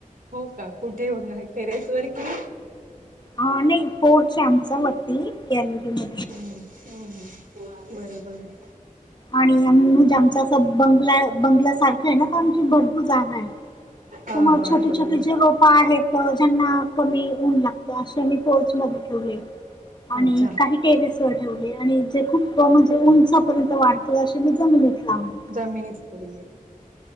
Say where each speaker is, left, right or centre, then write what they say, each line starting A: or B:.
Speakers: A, on the right; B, on the left.
A: हो का कुठे उभा आहे टेरेस वर कि
B: ह नाही पोर्च आहे आमचा वती गॅलरीमध्ये.
A: हम्म हम्म हम् हम बरोबर.
B: आणि म्हणजे आमच असं बंगला बंगल्यासारखं आहे ना तर आमची भरपूर जागा आहे.
A: हा
B: तुम्हा छोट
A: हा बरोबर
B: छोट जेव्हा. आहेत ज्यांना कमी ऊन लागत अशे मी टोर्च बघितलेले. आणि
A: अच्छा
B: काही टेरेस व ठेवले आणि. ते खूप म्हणजे उंचापर्यंत वाढते अशे मी जमिनीत लावले.
A: जमिनीत लावलेली आहे.